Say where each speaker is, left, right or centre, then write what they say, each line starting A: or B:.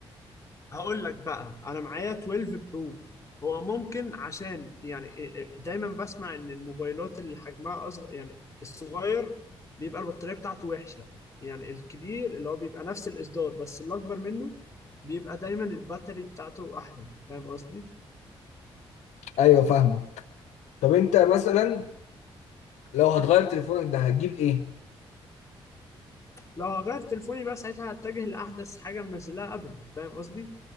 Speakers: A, on the left; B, on the left.
A: هقول لك بقى أنا معايا 12 برو هو ممكن عشان يعني إيه- إيه، دايما بسمع إن الموبايلات اللي حجمها أصغر يعني الصغير بيبقى البطارية بتاعته وحشة يعني الكبير اللي هو بيبقى نفس الإصدار بس اللي أكبر منه بيبقى دايما الباتري بتاعته أحدث فاهم قصدي؟
B: ايوه فاهمك طب انت مثلا لو هتغير تليفونك ده هتجيب ايه؟
A: لو هغير تليفوني بقى ساعتها هتجه لاحدث حاجه منزلها ابل فاهم قصدي